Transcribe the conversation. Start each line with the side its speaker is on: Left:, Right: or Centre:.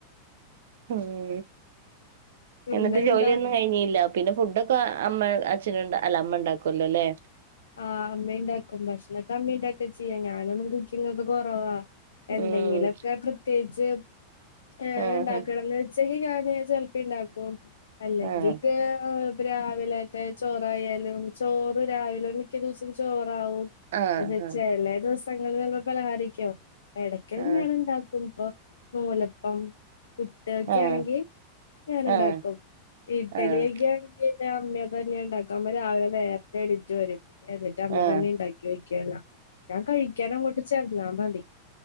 Right: ഉം
Left: പിന്നെന്താ
Right: എന്നിട്ട് ജോലിയൊന്നും കഴിഞ്ഞില്ല. പിന്നെ ഫുഡൊക്കെ അമ്മ അച്ഛന അല്ല അമ്മ ഇണ്ടാക്കുല്ലോ അല്ലേ?
Left: ആഹ് അമ്മ ഇണ്ടാക്കും ഭക്ഷണൊക്കെ അമ്മിണ്ടാക്കി വെച്ചിക്കാ ഞാനൊന്നും കുക്കിങ്ങൊക്കെ കൊറവാ. എന്തെങ്കിലൊക്കെ
Right: ഉം
Left: പ്രത്യേകിച്ച് ഏഹ്
Right: ആഹ്
Left: ഇണ്ടാക്കണന്ന്. ഉച്ചക്ക് ഞാന് ചെലപ്പിണ്ടാക്കും അല്ലെങ്കി
Right: ആഹ്
Left: ഏഹ് രാവിലെത്തെ ചോറായാലും ചോറ് രാവിലെ. മിക്ക ദിവസും ചോറാവും
Right: ആഹ്
Left: ചെലെ ദിവസങ്ങളിലൊക്കെ പലഹാരെക്കാവും. എടക്കും
Right: ആഹ്
Left: ഞാൻ ഇണ്ടാക്കും ഇപ്പൊ നൂലപ്പം, പുട്ട് ഒക്കെ
Right: ആഹ്
Left: ആണെങ്കി ഞാന്ണ്ടാക്കും
Right: ആഹ്
Left: ഇഡ്ഡലിയൊക്കെ
Right: ആഹ്
Left: അമ്മ തന്നെ ഇണ്ടാക്ക അമ്മ രാവിലെ നേരത്തെ എണീറ്റ് വരും എന്നിട്ട് അമ്മ
Right: ആഹ്
Left: തന്നെ ഇണ്ടാക്കി ക്കല്ല ഞാൻ കഴിക്കാനങ്ങോട്ട് ചെന്നാമതി.